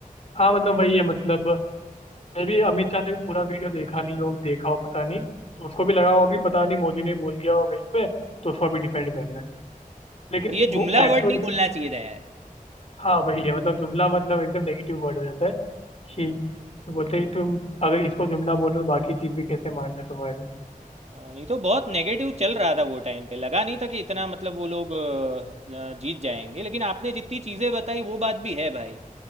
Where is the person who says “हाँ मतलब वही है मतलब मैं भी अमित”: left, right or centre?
Left